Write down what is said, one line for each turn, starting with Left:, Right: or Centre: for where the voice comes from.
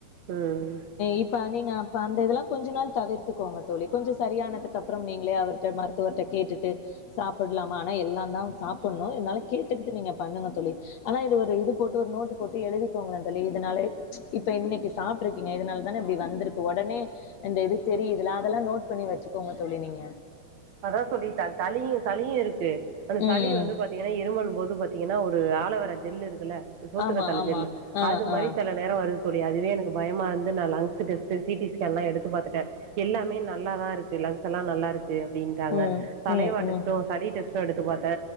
Right: ம்
Left: இப்ப நீங்க இப்ப அந்த இதெல்லா கொஞ்ச நாள் தவிர்த்துக்கோங்க தோழி கொஞ்சம் சரியானதுக்கு அப்புறம் நீங்களே அவர்ட்ட மருத்துவர்கிட்ட கேட்டுட்டு சாப்புடலாமா ஆனா எல்லா தா சாப்பிடணு கேட்டுக்கட்டு நீங்க பண்ணுங்கதோழி ஆனா இது ஒரு இது போட்டு ஒரு நோட்டு போட்டு எழுதிக்கோங்கள தோழி இத நாளு ச் இப்ப இன்னைக்கு சாப்பிட்டு இருக்கீங்க இதனால தானே இப்படி வந்திருக்கு ஒடனே இந்த இது தெரியதுல அதெல்லா நோட் பண்ணி வச்சுக்கோங்க தோழி நீங்க
Right: அதாசொல்லிட்டா தளியு சளியு இருக்கு அந்த சளி
Left: ம்
Right: வந்து பாத்தீங்கன்னா இருமலு போது பாத்தீங்கன்னா ஒரு ஆலோ வேற ஜெல் இருக்குல சோத்துக்கத்தால
Left: ஆமா ஆமா
Right: ஜெல்லு
Left: ஆ
Right: அது மாரி
Left: ஆ
Right: சில நேர வருது தோழி அதுவே எனக்கு பயமா இருந்து நான் லங்ஸ் டெஸ்ட் சி டி எல்லா எடுத்து பாத்துட்டே எல்லாமே நல்லாதா இருக்கு லங்ஸ்ல்லா நல்லா இருக்கு அப்பிடுனுட்டாங்க
Left: ம்
Right: சலைவா
Left: ம்
Right: டெஸ்டு
Left: ம்
Right: சளி டெஸ்டு எடுத்து பாத்தே